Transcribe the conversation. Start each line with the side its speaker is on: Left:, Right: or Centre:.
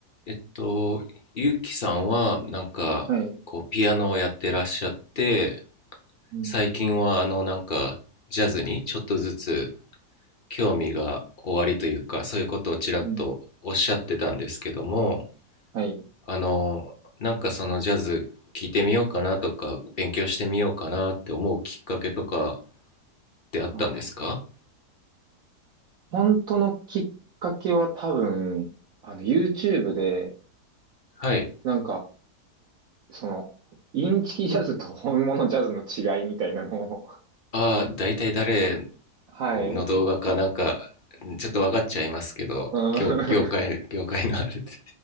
Left: えっと、ゆうきさんは、なんか、
Right: はい。
Left: こう、ピアノをやってらっしゃって、
Right: うん。
Left: 最近は、あの、なんか、ジャズにちょっとずつ興味がおありというか、そういうことをちらっとおっしゃってたんですけども、
Right: うん。はい。
Left: あの、なんかそのジャズ聴いてみようかなとか、勉強してみようかなって思うきっかけとかってあったんですか
Right: ああ。本当のきっかけは多分、あの、YouTube で、
Left: はい。
Right: なんか、その、インチキジャズと本物ジャズの違いみたいなのを、
Left: ああ、大体誰
Right: <laughs> はい。
Left: の動画かなんか、
Right: うん。
Left: ちょっと分かっちゃいますけど、
Right: <laughs>
Left: 業、業界、業界のあれで